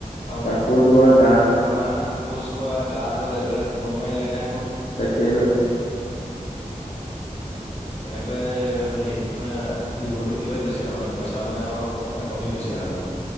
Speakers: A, on the left; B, on the left.
A: আৰু
B: কাপোৰ ধোৱাত
A: আকৌ তোমাৰ শৌচ কৰা, গা ধোৱা এইবিলাক কম পানী লাগেনে আকৌ।
B: তাকেইত।
A: তেনেকৈয়ে মানে হেৰি মানে, জীৱনটো কিবাই গৈছে আৰু, মানে পইচা মানে অলপ কমি হৈছে আৰু।